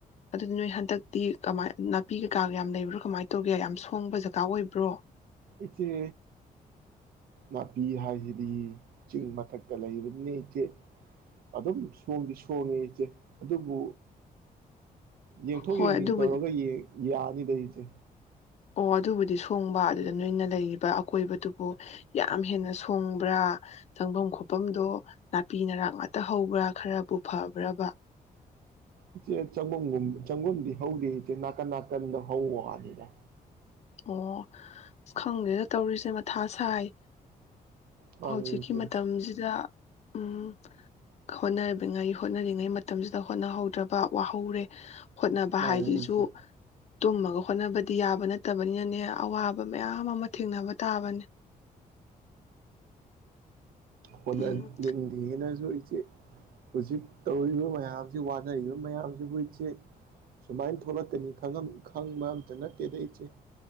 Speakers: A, on the left; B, on the right.
A: ꯑꯗꯨ ꯅꯣꯏ ꯍꯟꯗꯛꯇꯤ ꯀꯃꯥꯏ ꯅꯥꯄꯤ ꯀꯩꯀꯥꯒ ꯌꯥꯝ ꯂꯩꯕ꯭ꯔꯣ ꯀꯃꯥꯏꯅ ꯇꯧꯒꯦ ꯌꯥꯝ ꯁꯣꯡꯕ ꯖꯒꯥ ꯑꯣꯏꯕ ꯭ꯔꯣ
B: ꯏꯆꯦ ꯅꯥꯄꯤ ꯍꯥꯏꯁꯤꯗꯤ ꯆꯤꯡ ꯃꯊꯛꯇ ꯂꯩꯕꯅꯤꯅꯤ ꯏꯆꯦ ꯑꯗꯨꯝ ꯁꯣꯡꯗꯤ ꯁꯣꯡꯉꯦ ꯏꯆꯦ ꯑꯗꯨꯕꯨ ꯌꯦꯡꯊꯣꯛ
A: ꯍꯣꯏ
B: ꯌꯦꯡꯁꯤꯟ
A: ꯑꯗꯨꯕꯨꯗꯤ
B: ꯇꯧꯔꯒ ꯌꯥꯅꯤꯗ ꯏꯆꯦ
A: ꯑꯣ ꯑꯗꯨꯕꯨꯗꯤ ꯁꯣꯡꯕ ꯑꯗꯨꯗ ꯅꯣꯏꯅ ꯂꯩꯔꯤꯕ ꯑꯀꯣꯏꯕꯗꯨꯕꯨ ꯌꯥꯝ ꯍꯦꯟꯅ ꯁꯣꯡꯕ꯭ꯔꯥ ꯆꯪꯐꯝ ꯈꯣꯐꯝꯗꯣ ꯅꯥꯄꯤ ꯅꯔꯥꯛ ꯉꯥꯛꯇ ꯍꯧꯕ꯭ꯔꯥ ꯈꯔꯕꯨ ꯐꯕ꯭ꯔꯕ
B: ꯏꯆꯦ ꯆꯪꯕꯝꯒꯨꯝ ꯆꯪꯐꯝꯗꯤ ꯍꯧꯗꯦ ꯏꯆꯦ ꯅꯥꯀꯟ ꯅꯥꯀꯟꯗ ꯍꯧꯕ ꯋꯥꯅꯤꯗ
A: ꯑꯣ ꯑ ꯈꯪꯗꯦꯗ ꯇꯧꯔꯤꯁꯦ ꯃꯊꯥ ꯁꯥꯏ
B: ꯃꯥꯅꯤ
A: ꯍꯧꯖꯤꯛꯀꯤ
B: ꯏꯆꯦ
A: ꯃꯇꯝꯁꯤꯗ ꯎꯝ ꯍꯣꯠꯅꯔꯤꯕ ꯉꯥꯏ ꯍꯣꯠꯅꯅꯤꯡ ꯃꯇꯝꯗ ꯍꯣꯠꯅꯍꯧꯗ꯭ꯔꯕ ꯋꯥꯍꯧꯔꯦ ꯍꯣꯠꯅꯕ
B: ꯃꯥꯅꯤ
A: ꯍꯥꯏꯁꯤꯁꯨ
B: ꯏꯆꯦ
A: ꯇꯨꯝꯃꯒ ꯍꯣꯠꯅꯕ ꯌꯥꯕ ꯅꯠꯇꯦ ꯅꯠꯇꯕꯅꯤꯅꯅꯦ ꯑꯋꯥꯕ ꯃꯌꯥꯝ ꯑꯃ ꯊꯦꯡꯅꯕ ꯇꯥꯕꯅꯦ
B: ꯍꯣꯠꯅꯅꯤꯡꯗꯦꯅꯖꯨ
A: ꯎꯝ
B: ꯏꯆꯦ ꯍꯧꯖꯤꯛ ꯇꯧꯔꯤꯕ ꯃꯌꯥꯝꯁꯤ ꯋꯥꯅꯔꯤꯕ ꯃꯌꯥꯝꯁꯤꯕꯨ ꯏꯆꯦ ꯁꯨꯃꯥꯏꯅ ꯊꯣꯛꯂꯛꯀꯅꯤ ꯈꯪꯕ ꯑꯝꯇ ꯅꯠꯇꯦꯗ ꯏꯆꯦ